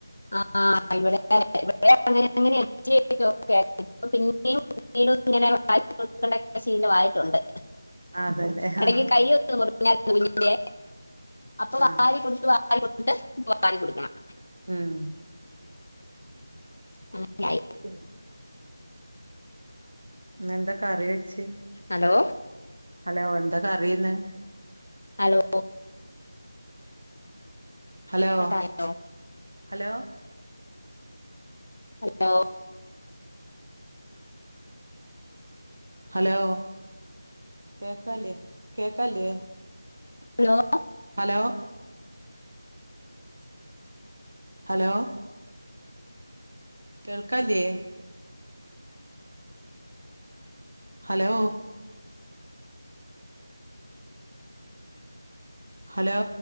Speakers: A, on the left; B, on the right.
A: ആഹ് ഇവടെ ഇവടെ അങ്ങനെ ങ്ങനെ <unintelligible> <unintelligible> ഇപ്പം പിന്നെയും വീണ്ടും ഇങ്ങനെ വാരി <unintelligible> ശീലവായിട്ടുണ്ട്
B: അതല്ലേ
A: ഇടക്ക്
B: ആഹ്
A: കൈ ഒന്ന് മുറിഞ്ഞാരുന്നു കുഞ്ഞിന്റെ അപ്പൊ വാരി
B: ആഹ്
A: കൊടുത്ത് വാ വാരി കൊടുത്തിട്ട് ഇപ്പൊ വാരി കൊടുക്കണം.
B: ഉം
A: അങ്ങനെയായി
B: ഉം ന്ന് എന്താ കറി വെ ച്ച്
A: ഹലോ
B: ഹലോ എന്താ കറി ഇന്ന്
A: ഹലോ
B: ഹലോ
A: കട്ടായോ
B: ഹലോ
A: ഹലോ
B: ഹലോ കേക്കണില്ലേ കേക്കാല്ലേ?
A: ഹലോ?
B: ഹലോ? ഹലോ? കേൾക്കാല്ല്യേ? ഹലോ? ഹലോ?